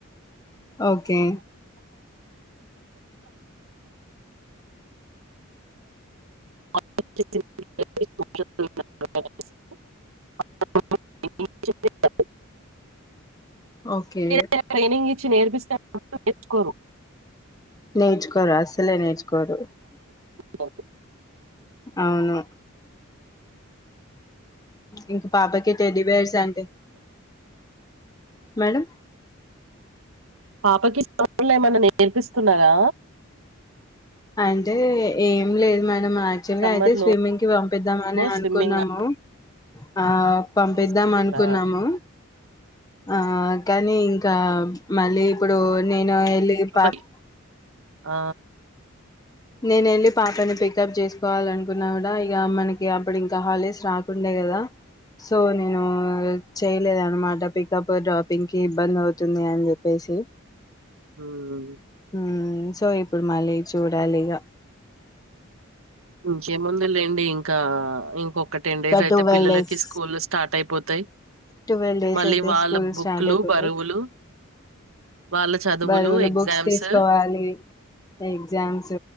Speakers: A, on the left; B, on the right.
A: ఓకే
B: <inaudible>
A: ఓకే
B: <unintelligible> ట్రైనింగ్ నేర్పిస్తడు నేర్చుకోరు
A: నేర్చుకోరా అసలే నేర్చుకోరు
B: ఓ
A: అవును ఇంక పాపకే టెడ్డిబేర్స్ అంటే మేడం
B: పాపకి <inaudible> ఏమన్నా నేర్పిస్తున్నారా
A: అంటే ఏం లేదు మన మ యాక్చువల్
B: సమ్మర్
A: గా అయితే స్విమ్మింగ్
B: లో
A: కి పంపిద్దాం అని అనుకున్నాము
B: స్విమ్మింగ్
A: ఆ పంపిద్దాం
B: నేర్పిస్తున్నారా
A: అనుకున్నాము ఆ కానీ ఇంకా మళ్ళీ ఇప్పుడు నేను ల్లి
B: పాపకి
A: పాప్
B: ఆ
A: నేను వెళ్ళి పాపని పికప్ చేసుకోవాలనుకున్నా కూడా ఇక మనకి అప్పుడు ఇంకా హాలిడేస్ రాకుండే కదా సో నేను చేయలేదన్నమాట పికప్ డ్రాపింగ్కి ఇబ్బంది అవుతుంది అని చెప్పేసి
B: ఉమ్
A: ఆ సో ఇప్పుడు మళ్ళీ చూడ లిగా
B: ఇంకే ముంది లేండి ఇంకా ఇంకొక టెన్ డేస్ అయితే
A: టువెల్
B: పిల్లలకి
A: డేస్
B: స్కూల్ స్టార్ట్ అయిపోతాయి
A: టువెల్ డేస్
B: మళ్ళీ
A: అయితే
B: వాళ్ళ
A: స్కూల్
B: బుక్లు
A: స్టార్ట్ అయిపోతాయి
B: బరువులు వాళ్ళ చదువులు,
A: బరువులు
B: ఎగ్జామ్స్
A: బుక్స్ తీసుకోవాలి ఎగ్జామ్స్